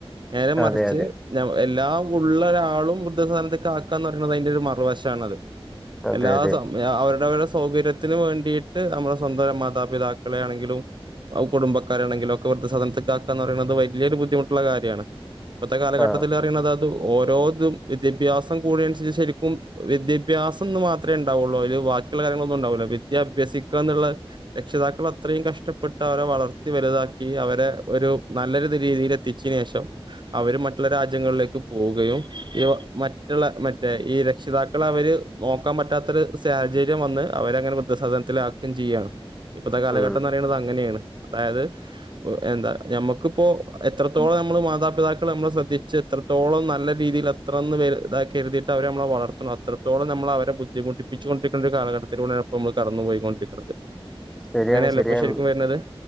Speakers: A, on the right (about 50°); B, in the centre.
A: നേരെ മറിച്ച്
B: അതെ അതെ
A: ഞ എല്ലാം ഉള്ളരാളും വൃദ്ധസദൻത്ക് ആക ന്ന് അതിന്റെ ഒരു മറുവശാണത്.
B: അതെ
A: എല്ലാ
B: അതെ
A: സ അവര വരുടെ... സൗകര്യത്തിന് വേണ്ടിയിട്ട് നമ്മുടെ സ്വന്തം മാതാപിതാക്കളെ ആണെങ്കിലും. പ്പൊ അഹ് കുടുംബക്കാരാണെങ്കിലൊക്കെ, വൃദ്ധസധൻത്ക്ക് ആക്കാന്ന് പറയിണത് വല്ല്യരു ബുദ്ധിമുട്ടുള്ള കാര്യാണ്. ഇപ്പത്തെ കാലഘട്ടത്തിലറിയിണത്,
B: ആഹ്
A: അത് ഓരോതും വിദ്യാഭ്യാസം കൂട ശരിക്കും വിദ്യാഭ്യാസം ന്ന് മാത്രേ ണ്ടാവുള്ളൂ, അതില് ബാക്കിയുള്ള കാര്യങ്ങളൊന്നും ണ്ടാവുല. വിദ്യ ഭ്യാസിക്ക എന്ന് ക്കള് രക്ഷിതാക്കൾ അത്രയും കഷ്ടപ്പെട്ട് അവരെ വളർത്തി വലുതാക്കി അവരെ ഒരു നല്ലൊരു രീതി തില് എത്തിച്ചിനേഷം, അവര് മറ്റുള്ള രാജ്യങ്ങളിലേക്ക് പോവുകയും മറ്റുള്ള മ ഈ രക്ഷിതാക്കളെ അവര് നോക്കാൻ പറ്റാത്തൊരു സാഹചര്യം വന്ന്. അവരങ്ങനെ വൃദ്ധസധനത്തിലാക്കും ചെയ്യാണ്. ഇപ്പത്തെ കാലഘട്ടംന്നറീണത്
B: ഉം
A: അങ്ങനെയാണ്, അതായത് എന്താ ഞമ്മക്ക് പ്പോ എത്രത്തോളം
B: ഉം.
A: നമ്മള് മാതാപിതാക്കളെ നമ്മള് ശ്രദ്ധിച്ച് എത്രത്തോളം നല്ല രീതിൽ അത്രന്ന് വ ഇതാക്കരുത് യിപ് ട്ട അവര് നമ്മളെ വളർത്തുന്നു, അത്രത്തോളം നമ്മള് അവരെ ബുദ്ധിമുട്ടിപ്പിച്ചുകൊണ്ടിരിക്കുന്ന ഒരു കാലഘത്തിലൂടെയാണ് ഇപ്പൊ നമ്മള് കടന്ന് പോയിക്കൊണ്ടിരിക്കുന്നത്.
B: ശരിയാണ്,
A: അങ്ങനെയല്ലേ
B: ശരിയാണ്.
A: ഇപ്പൊ ശരിക്കും വരുന്നത്